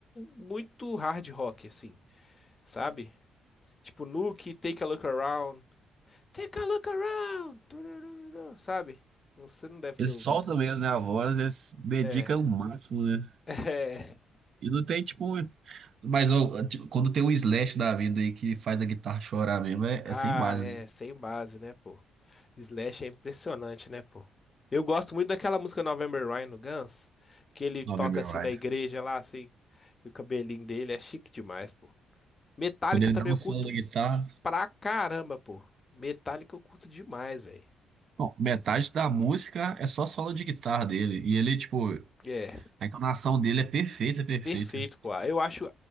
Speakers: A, on the left; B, on the right.
A: muito hard rock assim, sabe? Tipo Nuke, Take a Look Around, Take a Look Around, turururu, sabe? Você não deve
B: Eles
A: ter ouvido.
B: soltam mesmo, né? A voz, eles dedicam
A: É,
B: o máximo, né?
A: <laughs> é.
B: E não tem, tipo, um Mas ó, tipo, quando tem um Slash da vida aí que faz a guitarra chorar mesmo, é,
A: Ah,
B: é sem base,
A: é,
B: né?
A: sem base, né, pô? Slash é impressionante, né, pô? Eu gosto muito daquela música November Rain no Guns, que ele toca
B: November
A: assim
B: Rise.
A: na igreja lá, assim, e o cabelinho dele é chique demais, pô. Metallica
B: Quando ele
A: também
B: dá um
A: eu
B: solo
A: curto
B: da guitarra.
A: pra caramba, pô. Metallica eu curto demais, velho.
B: Bom, metade da música é só solo de guitarra dele. E ele, tipo,
A: É,
B: a entonação dele é perfeita, perfeita.
A: perfeito, pô. Eu acho,